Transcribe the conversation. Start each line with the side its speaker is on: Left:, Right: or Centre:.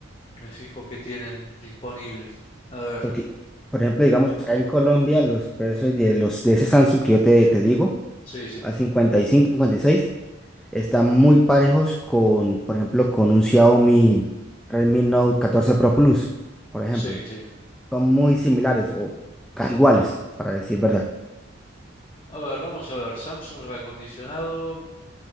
Left: me fijo qué tienen disponible. A ver,
Centre: porque, por ejemplo, digamos, acá en Colombia los precios de, los, de ese Samsung que yo te, te digo,
Left: sí, sí,
Centre: a cincuenta cincuenta y cinco cincuenta y seis están muy parejos con, por ejemplo, con un Xiaomi Redmi Note catorce Pro Plus, por ejemplo.
Left: sí, sí.
Centre: Son muy similares o casi iguales, para decir verdad.
Left: A ver, vamos a ver, Samsung reacondicionado.